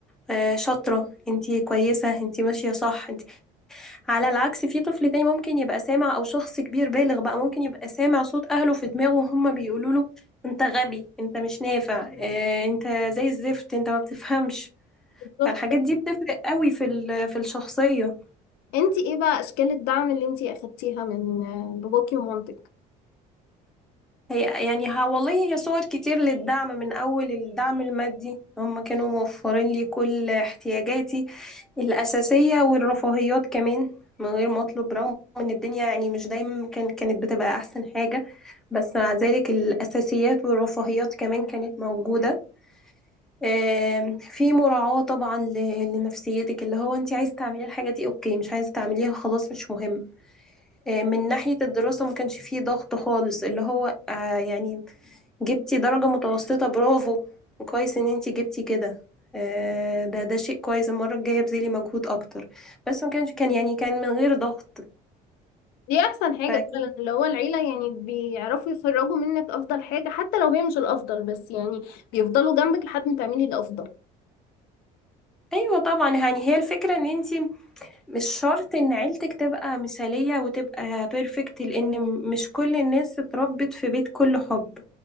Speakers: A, in the centre; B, on the left.
A: آه شاطرة انتي كويسة انتي ماشية صح انتي على العكس في طفل تاني ممكن يبقى سامع او شخص كبير بالغ بقى ممكن يبقى سامع صوت اهله في دماغه وهم بيقولوا له انت غبي انت مش نافع اه انت زي الزفت انت ما بتفهمش
B: بالظبط
A: فالحاجات دي بتفرق قوي في ال- في الشخصية
B: انتي ايه بقى اشكال الدعم اللي انتي اخدتيها من باباكي ومامتك
A: هي يعني ها والله هي صور كتير للدعم من أول الدعم المادي هم كانوا موفرين لي كل احتياجاتي الأساسية والرفاهيات كمان من غير ما أطلب رغم إن الدنيا يعني مش دايما كان كانت بتبقى أحسن حاجة بس مع ذلك الأساسيات والرفاهيات كمان كانت موجودة آم، في مراعاة طبعا ل- لنفسيتك اللي هو أنت عايزة تعملي الحاجة دي أوكي مش عايزة تعمليها خلاص مش مهم آم، من ناحية الدراسة ما كانش فيه ضغط خالص اللي هو آه، يعني جبتي درجة متوسطة برافو وكويس ان انتي جبتي كده آه، ده ده شيء كويس المرة الجاية بذلي مجهود اكتر بس ما كانش كان يعني كان من غير ضغط
B: دي احسن حاجة
A: فكان
B: فعلا اللي هو العيلة يعني بيعرفوا يخرجوا منك افضل حاجة حتى لو هي مش الافضل بس يعني بيفضلوا جنبك لحد ما تعملي الافضل
A: ايوه طبعا يعني هي الفكرة ان انتي مش شرط ان عيلتك تبقى مثالية وتبقى بيرفكت لان م- مش كل الناس اتربت في بيت كله حب